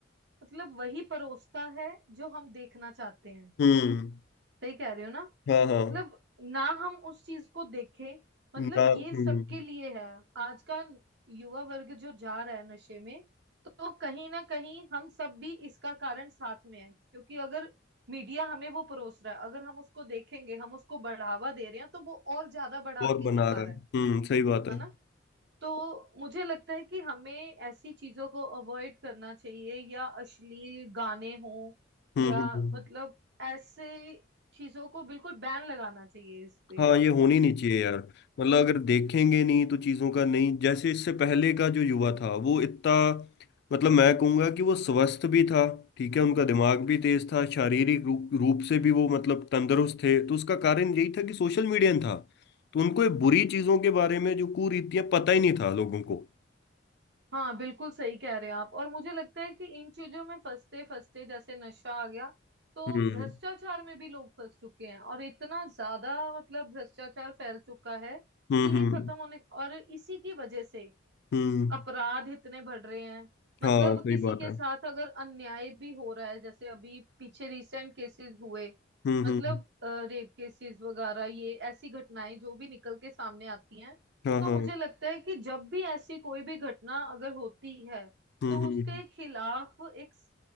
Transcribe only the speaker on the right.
मतलब वही परोसता है जो हम देखना चाहते हैं
सही कह रहे हो ना मतलब
ना हम उस चीज को देखें मतलब
ये
सबके लिए है आज का युवा वर्ग जो जा रहा है नशे में तो कहीं ना कहीं हम सब भी इसका कारण साथ में है क्योंकि अगर मीडिया हमें वो परोस रहा है अगर हम उसको देखेंगे हम उसको बढ़ावा दे रहे हैं तो वो और ज्यादा बढ़ा
के
दिखा
रहा
है
है
ना तो मुझे लगता है कि हमें ऐसी चीजों को अवॉइड करना चाहिए या अश्लील गाने हों
या
मतलब ऐसे चीजों को बिल्कुल बैन लगाना चाहिए इस पे
हाँ बिल्कुल सही कह रहे हैं आप और मुझे लगता है कि इन चीजों में फंसते फंसते जैसे नशा आ गया तो
भ्रष्टाचार में भी लोग फंस चुके हैं और इतना ज्यादा मतलब भ्रष्टाचार फैल चुका है
कि
ये खत्म होने और इसी की वजह से
अपराध इतने बढ़ रहे हैं मतलब
किसी
के
साथ अगर अन्याय भी हो रहा है जैसे अभी पीछे रिसेंट केसेस हुए
मतलब
रेप केसेस वगैरह ये ऐसी घटनाएं जो भी निकल के सामने आती हैं
तो
मुझे लगता है कि जब भी ऐसी कोई भी घटना अगर होती है
तो
उसके खिलाफ एक स-